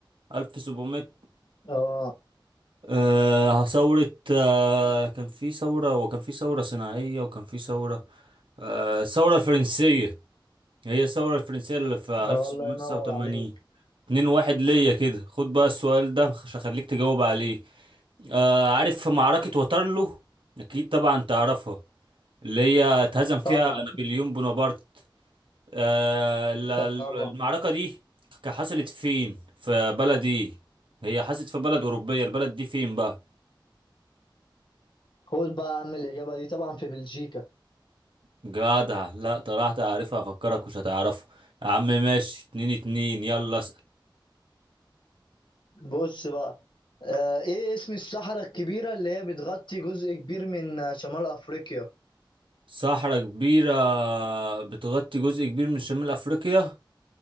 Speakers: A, on the right; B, on the left.
A: 1700
B: اه
A: آه ثورة آه كان في ثورة وكان في ثورة صناعية وكان في ثورة آه الثورة الفرنسية هي الثورة الفرنسية اللي في 1789
B: آه، الله ينور عليك
A: اتنين واحد ليا كده خد بقى السؤال ده عشان اخليك تجاوب عليه آه عارف معركة واترلو اكيد طبعا تعرفها اللي هي اتهزم فيها
B: طبعا
A: نابليون بونابرت آه ال- ال-
B: طبعا
A: المعركة دي ك- حصلت فين في بلد ايه هي حصلت في بلد أوروبية البلد دي فين بقى
B: خد بقى يا عم الاجابة دي طبعا في بلجيكا
A: جدع لا طلعت عارفها افكرك مش هتعرفها يا عم ماشي اتنين اتنين يلا
B: بص بقى آه ايه اسم الصحراء الكبيرة اللي هي بتغطي جزء كبير من آه، شمال افريقيا
A: صحراء كبيرة بتغطي جزء كبير من شمال أفريقيا